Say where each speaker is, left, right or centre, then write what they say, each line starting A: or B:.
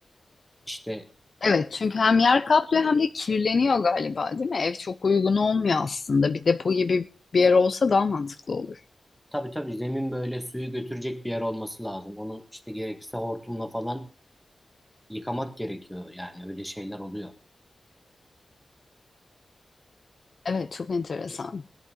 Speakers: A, in the centre; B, on the left.
A: İşte
B: Evet çünkü hem yer kaplıyor hem de kirleniyor galiba değil mi? Ev çok uygun olmuyor aslında. Bir depo gibi bir yer olsa daha mantıklı olur.
A: tabii tabii zemin böyle suyu götürecek bir yer olması lazım. Onu işte gerekirse hortumla falan yıkamak gerekiyor. Yani öyle şeyler oluyor.
B: Evet çok enteresan.